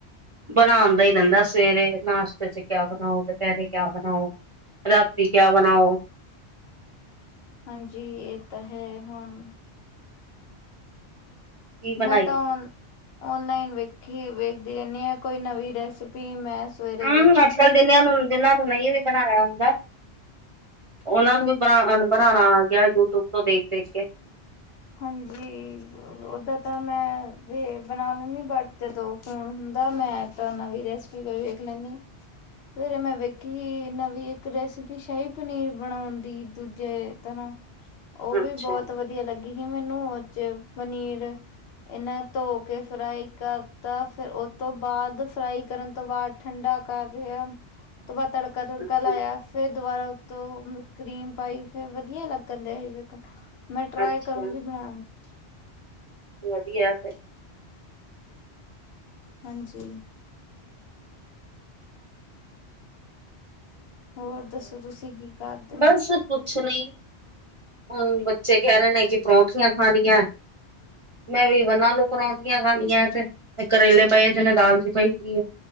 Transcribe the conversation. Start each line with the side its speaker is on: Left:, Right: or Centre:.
Right: ਬਣਾਣ ਦਾ ਹੀ ਰਿੰਦਾ ਸਵੇਰੇ ਨਾਸ਼ਤੇ ਚ ਕਿਆ ਬਣਾਓ ਦੁਪਹਿਰੇ ਕਿਆ ਬਣਾਓ ਰਾਤੀ ਕਿਆ ਬਣਾਓ
Left: ਹਾਂਜੀ ਇਹ ਤਾਂ ਹੈ ਹੁਣ
Right: ਕੀ ਬਣਾਈਏ
Left: ਮੈਂ ਤਾਂ ਓਨਲਾਈਨ ਵੇਖੀ ਵੇਖਦੀ ਰਹਿੰਦੀ ਆ ਕੋਈ ਨਵੀਂ ਰੈਸਪੀ ਮੈਂ ਸਵੇਰੇ
Right: ਹੂੰ
Left: ਵੇਖੀ
Right: ਅੱਜ
Left: ਹੀ
Right: ਕੱਲ ਜਿੰਨੀਆਂ ਨੂੰ ਜਿੰਨਾ ਤੋਂ ਨਹੀਂ ਵੀ ਬਣਾਇਆ ਹੁੰਦਾ ਉਹਨਾਂ ਨੂੰ ਵੀ ਬਣਾ ਬਣਾਉਣਾ ਆ ਗਿਆ ਯੂਟਿਊਬ ਤੋਂ ਦੇਖ ਦੇਖ ਕੇ
Left: ਹਾਂਜੀ ਉਦਾ ਤਾਂ ਮੈਂ ਵੀ ਬਣਾ ਲੈਂਦੀ ਬਟ ਜਦੋਂ ਫੋਨ ਹੁੰਦਾ ਮੈਂ ਤਾਂ ਨਵੀ ਰੈਸਪੀ ਕੋਈ ਵੇਖ ਲੈਂਨੀ, ਸਵੇਰੇ ਮੈਂ ਵੇਖੀ ਨਵੀਂ ਇੱਕ ਰੈਸਿਪੀ ਸ਼ਾਹੀ ਪਨੀਰ ਬਣਾਉਣ ਦੀ ਦੂਜੇ ਤਰ੍ਹਾਂ ਉਹ ਵੀ
Right: ਅੱਛਾ
Left: ਬਹੁਤ ਵਧੀਆ ਲੱਗੀ ਕਿ ਮੈਨੂੰ ਉਹ ਚ ਪਨੀਰ ਇਹਨਾਂ ਧੋ ਕੇ ਫਰਾਈ ਕਰਤਾ, ਫਿਰ ਉਹ ਤੋਂ ਬਾਅਦ ਫਰਾਈ ਕਰਨ ਤੋਂ ਬਾਅਦ ਠੰਡਾ ਕਰ ਰਿਹਾ, ਤੋਂ ਬਾਅਦ ਤੜਕਾ -ਤੜਕਾ
Right: ਅੱਛਾ
Left: ਲਾਇਆ ਫੇਰ ਦੁਬਾਰਾ ਤੋਂ ਕਰੀਮ ਪਾਈ, ਫੇਰ ਵਧੀਆ ਲੱਗਣ ਡ ਸੀ ਵੇਖਣ, ਮੈਂ ਟਰਾਈ
Right: ਅੱਛਾ
Left: ਬਣਾ।
Right: ਵਧੀਆ ਫੇਰ
Left: ਹਾਂਜੀ। ਹੋਰ ਦੱਸੋ ਤੁਸੀਂ ਕੀ ਕਰਦੇ
Right: ਬਸ
Left: ਹੋ?
Right: ਕੁਛ ਨਹੀਂ, ਹੁਣ ਬੱਚੇ ਕਹਿ ਰਹੇ ਨੇ ਕਿ ਪਰੌਠੀਆਂ ਖਾਣੀਆਂ। ਮੈਂ ਵੀ ਵਨਾਂ ਨੂੰ ਪਰਾਉਂਦੀਆਂ ਖਾਣੀਆਂ ਤੇ ਕਰੇਲੇ ਪਏ ਦੇ ਨੇ ਦਾਲ ਵੀ ਪਈ ਦੀ ਏ।